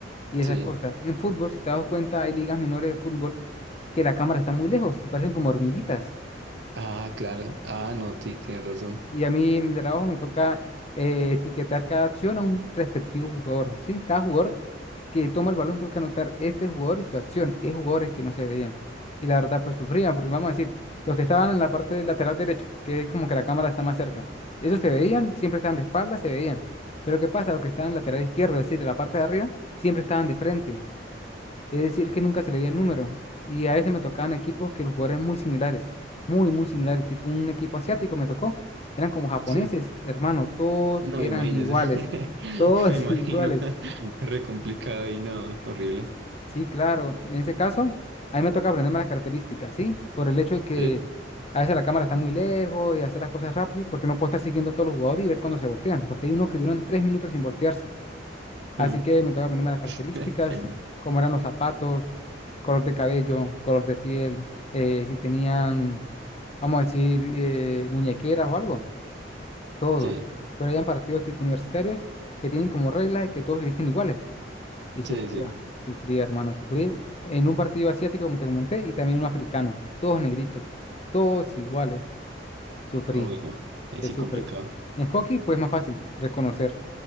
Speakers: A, on the left; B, on the right.
A: y
B: sí.
A: esas cosas. En fútbol, si te das cuenta, hay ligas menores de fútbol que la cámara está muy lejos y parecen como hormiguitas.
B: Ah, claro. Ah, no, sí, tienes razón.
A: Y a mí, en mi trabajo me toca eh, etiquetar cada acción a un respectivo jugador, ¿sí? Cada jugador que toma el balón tengo que anotar este jugador y su acción. Y hay jugadores que no se veían. Y la verdad, pues sufrían, porque vamos a decir, los que estaban en la parte lateral derecho, que es como que la cámara está más cerca, esos se veían, siempre estaban de espaldas, se veían. Pero ¿qué pasa? Los que estaban en lateral izquierdo, es decir, en la parte de arriba, siempre estaban de frente. Es decir, que nunca se le dio el número. Y a veces me tocaban equipos que los jugadores eran muy similares, muy, muy similares. Tipo un equipo asiático me tocó. Eran como japoneses,
B: Sí.
A: hermano. Todos
B: No,
A: eran
B: imagínese.
A: iguales.
B: <laughs>
A: Todos
B: Me imagino.
A: <laughs> iguales.
B: <laughs> Re complicado y no, horrible.
A: Sí, claro. En ese caso, a mí me toca aprenderme las características, ¿sí? Por el hecho de que
B: Sí.
A: a veces la cámara está muy lejos y hacer las cosas rápido, porque no puedo estar siguiendo a todos los jugadores y ver cuándo se voltean, porque hay unos que duran tres minutos sin voltearse. Así
B: Mm.
A: que me toca aprenderme las características,
B: <laughs>
A: cómo eran los zapatos, color de cabello, color de piel, eh, si tenían, vamos a decir, eh, muñequeras o algo, todo.
B: Sí,
A: Pero hayan partidos tipo universitarios que tienen como regla de que todos se visten iguales. Y sufría,
B: sí, sí.
A: sufría, hermano, sufrí en un partido asiático, como te comenté, y también un africano, todos negritos, todos iguales. Sufrí,
B: Uy, no. Ahí
A: se
B: sí
A: sufre.
B: complicado.
A: En hockey, pues más fácil reconocer,